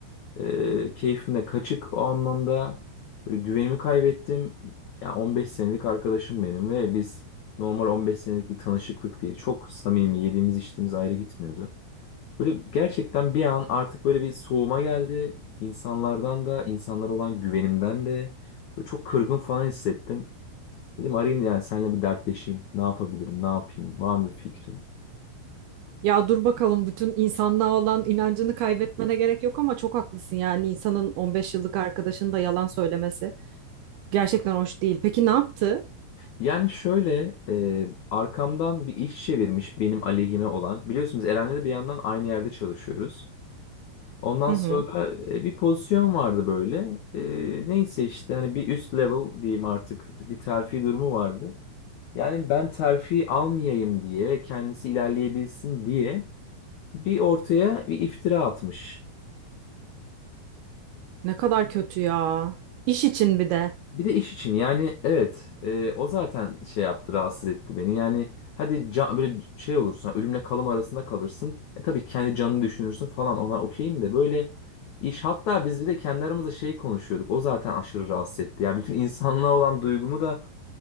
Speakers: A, on the left; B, on the right.
A: Ee, keyfim de kaçık o anlamda böyle güvenimi kaybettim. Ya 15 senelik arkadaşım benim ve biz normal 15 senelik bir tanışıklık değil. Çok samimi yediğimiz içtiğimiz ayrı gitmiyordu. Böyle gerçekten bir an artık böyle bir soğuma geldi. İnsanlardan da, insanlara olan güvenimden de Böyle çok kırgın falan hissettim. Dedim arayayım yani seninle bir dertleşeyim. Ne yapabilirim, ne yapayım, var mı fikrin?
B: Ya dur bakalım bütün insanlığa olan inancını kaybetmene gerek yok ama çok haklısın yani insanın 15 yıllık arkadaşının da yalan söylemesi gerçekten hoş değil. Peki ne yaptı?
A: Yani şöyle e, arkamdan bir iş çevirmiş benim aleyhime olan. Biliyorsunuz Eren'le de bir yandan aynı yerde çalışıyoruz. Ondan
B: Hı
A: sonra
B: hı.
A: e, bir pozisyon vardı böyle. E, neyse işte hani bir üst level diyeyim artık bir terfi durumu vardı. Yani ben terfi almayayım diye ve kendisi ilerleyebilsin diye bir ortaya bir iftira atmış.
B: Ne kadar kötü ya. İş için bir de.
A: Bir de iş için yani evet e, o zaten şey yaptı rahatsız etti beni. Yani hadi can, böyle şey olursun ölümle kalım arasında kalırsın. E tabii kendi canını düşünürsün falan ona okeyim de böyle iş hatta biz bir de kendi aramızda şey konuşuyorduk. O zaten aşırı rahatsız etti. Yani bütün insanlığa olan duygumu da